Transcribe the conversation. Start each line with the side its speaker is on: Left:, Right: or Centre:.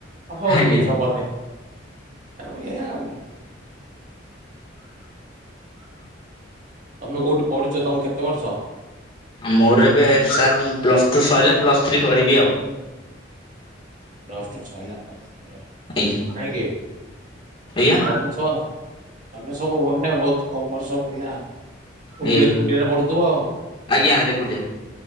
Right: ହେବ
Left: ଆଜ୍ଞା
Right: କୀ କିଛି ହେବନି, ସେଇଭଳିଆ ଆଉ। ତମେ କୋଉଠି ପଢୁଛ ତମକୁ କେତେ ବର୍ଷ?
Left: ମୋର ଏବେ ସାର୍ ପ୍ଲସ୍ ଟୁ ସରିଲା ପ୍ଲସ୍ ଥ୍ରୀ କରିବି ଆଉ।
Right: ପ୍ଲସ ଟୁ ସରିଲା ପ୍ଲସ ଥ୍ରି କରିବି
Left: ଆଜ୍ଞା
Right: କାହିଁକି
Left: ଆଜ୍ଞା
Right: ଆ ତମେ ସବୁ ତମେ ସବୁ ମାନେ ବହୁତ କମର୍ସ ପିଲା କୋଉଠି
Left: ଆଜ୍ଞା
Right: ଏକୁଟିଆରେ ପଢୁଥିବ ଆଉ।
Left: ଆଜ୍ଞା ରେକୁଟିଆ